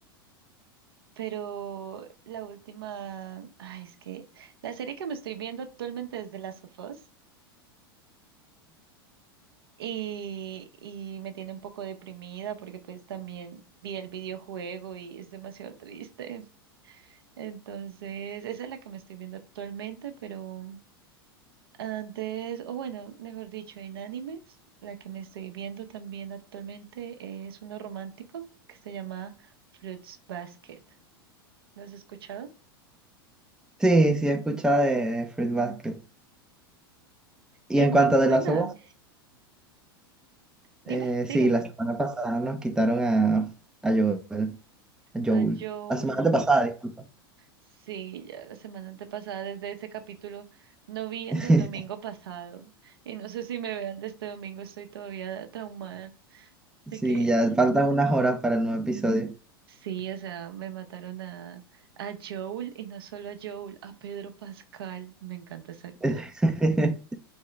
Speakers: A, on the right (about 75°); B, in the centre.
A: pero la última, ay, es que la serie que me estoy viendo actualmente es The Last of Us y, y me tiene un poco deprimida porque pues también vi el videojuego y es demasiado triste. Entonces, esa es la que me estoy viendo actualmente, pero... Antes, o bueno, mejor dicho, en animes, la que me estoy viendo también actualmente es uno romántico que se llama Fruits Basket. ¿Lo has escuchado?
B: Sí, sí, he escuchado de, de Fruit Basket. Y
A: Es
B: en
A: muy
B: cuanto
A: buena.
B: a The Last of Us,
A: Dime,
B: eh,
A: sigue.
B: sí, la semana pasada nos quitaron a, a Joel, a Joel.
A: A Joel.
B: La semana antepasada, disculpa.
A: Sí, ya la semana antepasada, desde ese capítulo, no vi el
B: <laughs>
A: del domingo pasado y no sé si me vea el de este domingo, estoy todavía traumada de
B: Sí,
A: que
B: ya faltan unas horas para el nuevo episodio.
A: Sí, o sea, me mataron a, a Joel y no solo a Joel, a Pedro Pascal. Me encanta ese actor.
B: <laughs>